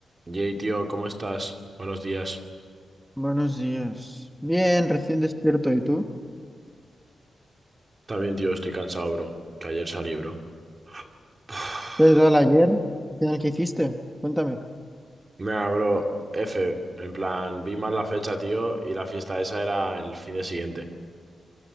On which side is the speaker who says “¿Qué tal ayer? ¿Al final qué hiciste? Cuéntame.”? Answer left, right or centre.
Centre